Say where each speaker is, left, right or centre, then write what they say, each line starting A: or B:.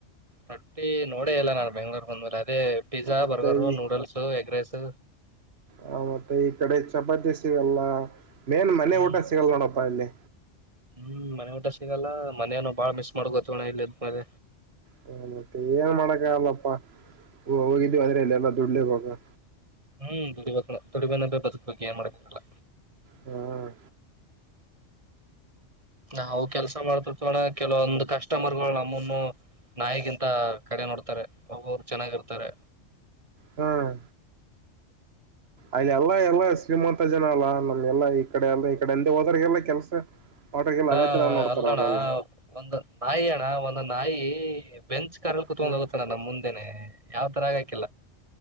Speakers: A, on the right; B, on the right.
A: ರಟ್ಟಿ ನೋಡ ಇಲ್ಲ ನಾನನ್ ಬೆಂಗಗಳೂರ್ ಬಂದ್ಮೇಲೆ ಅದೇ ಪಿಜ್ಜಾ
B: ಮತ್ತೆ
A: ಬರ್ಗರು
B: ಈ
A: ನೂಡಲ್ಸ್ ಎಗ್ ರೈಸ್
B: ಹ ಮತ್ತೆ ಈ ಕಡೆ ಚಪಾತಿ ಸಿಗಲ್ಲ ಮೇನ್ ಮನೆ
A: ಹ್ಮ್
B: ಊಟ ಸಿಗಲ್ ನೋಡಪ್ಪಾ ಅಲ್ಲಿ
A: ಹ್ಮ್ ಮನೆ ಊಟ ಸಿಗಲ್ಲ ಮನೇನು ಬಾಳ ಮಿಸ್ ಮಾಡ ಗೊತ್ತಣ ಇಲ್ಲಿ ಮೆ
B: ಹ ಮತ್ತೆ ಏನ್ ಮಾಡಕ್ಕ ಆಗಲ್ಲಪ್ಪಾ ಹೋಗಿದವಿ ಆದದ್ರೆ ಎಲ್ಲೆಲ್ಲಾ ದುಡ್ಲಿಕ್ಕೆ ಹೋಗ
A: ಹ್ಮ್ ದುಡಿಬೇಕ ದುಡಿಬನ ಬದುಕಬೇಕು ಏನ್ ಮಾಡ್ಬೇಕಲ್ಲ
B: ಹ್ಮ್
A: ನಾವು ಕೆಲ್ಸ ಮಾಡ್ತ ಇರ್ತೀವಿ ಕೆಲವೊಂದು ಕಸ್ಟಮರ್ಗಳು ನಮ್ಮನ್ನು ನಾಯಿಗಿಂತ ಕಡೆ ನೋಡ್ತಾರೆ ಒಬ್ಬಬರು ಚೆನ್ನಾಗಿರ್ತಾರೆ
B: ಹ್ಮ್ ಅ್ ಎಲ್ಲಾ ಎಲ್ಲಾ ಶ್ರೀಮಂತ ಜನ ಅಲ್ಲಾ ನಮ್ ಎಲ್ಲಾ ಈ ಕಡೆ ಎಲ್ಲ ಈ ಕಡೆ ಎಂದ ಹೋದರ್ಗೆಲ್ಲ ಕೆಲ್ಸ ಆಟೋಗೆಲ್ಲ ಅದೇ
A: ಅ
B: ತರ ನೋಡ್ತಾರ
A: ಅಲ್ಲಣ್ಣ
B: ಅವರೆಲ್ಲ
A: ಒಂದ ನಾಯಿ ಅಣ್ಣ ಒಂದೊಂದು ನಾಯಿ ಬೆಂಚ್ ಕಾರಲ್ಲಿ ಕುತ್ಕೊಂಡ್
B: ಹ್ಮ
A: ಹೋಗುತ್ತಣ್ಣ ನಮ್ ಮುಂದೆನೆ ಯಾವ್ ತರ ಆಗಾಕಿಲ್ಲ